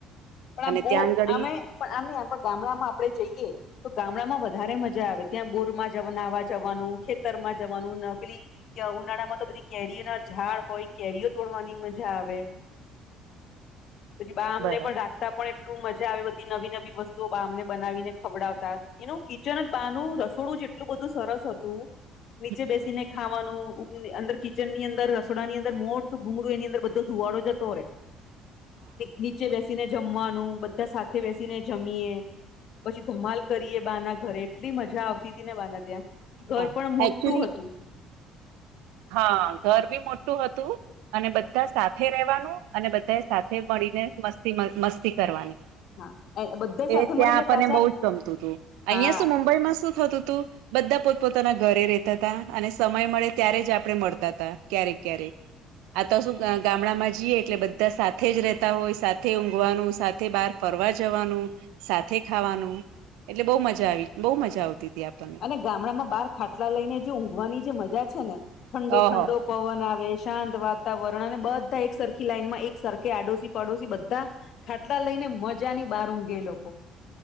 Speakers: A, on the left (about 60°); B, on the right (about 80°).
A: પણ આમ
B: અને
A: બો
B: ત્યાં આગળી
A: અમે પણ આમ ની આમ ગામડામાં આપડે જઈએ તો ગામડામાં વધારે મજા આવે ત્યાં બોરમાં જવા જવાનું ખેતરમાં જવાનું નકલી કય ઉનાળામાં તો બધી કેરીઓ ના ઝાડ હોય કેરીઓ તોડવાની મજા આવે
B: <unintelligible>
A: પછી બામ
B: બરાબર
A: ને પણ રા પણ એટલું મજા આવે બધી નવી નવી વસ્તુઓામને બનાવીને ખવડાવતા એનું અચનક બાનું રસોડું જેટલું બધું સરસ હતુ
B: <unintelligible>
A: નીચે બેસીને ખાવાનું અંદર કિચનની અંદર રસડાની અંદર મોટું ભૂગળું એની અંદર બધો ધુવાડો જતો રે
B: <unintelligible>
A: નીચે બેસીને જમવાનું બધા સાથે બેસીને જમીએ પછી ધમાલ કરીએ બાના ઘરે એટલી મજા આવતી હતી ને બાના ત્યાં ઘર
B: હા
A: પણ મોટું
B: એકચુલી
A: હતુ
B: હા ઘર બી મોટું હતુ. અને બધા સાથે રહેવાનું અને બધા સાથે મળીને મસ્તી મસ્તી કરવાની
A: હા બધા
B: એ
A: સાથે
B: ત્યાં
A: મળીને
B: આપણને
A: પાછા
B: બહુ જ ગમતું હતું અહિયાં
A: હા
B: શું મુંબઈમાં શું થતું હતુ. બધા પોતપોતાના ઘરે ર રહેતા હતા અને સમય મળે ત્યારે જ આપડણે મળતા ત ક્યારેક ક્યારેક આ તો શુ ગામડામાં જઈએ એટલે બધા સાથે જ રહેતા હોય સાથે ઊંઘવાનું સાથે બહાર ફરવા જવાનુ સાથે ખાવાનું એટલે બહુ મજા આવી બહુ મજા આવતી હતી આપણને
A: અને ગામડામાં બાર ખાટલા લઈને જે ઊઘવાની જે મજા છે ને ઠંડો
B: ઓહો
A: ઠંડો પવન આવે શાંત વાતાવરણ અને બધા એક સરખી લાઈન માં એક સરખે આડોશી પાડોશી બધા ખાટલા લઈને મજા ની બહારમ ગે લોકો